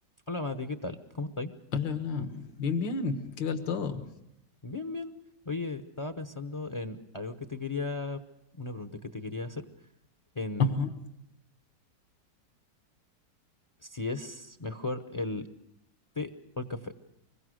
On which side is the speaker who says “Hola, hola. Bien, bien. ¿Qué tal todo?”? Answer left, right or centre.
Left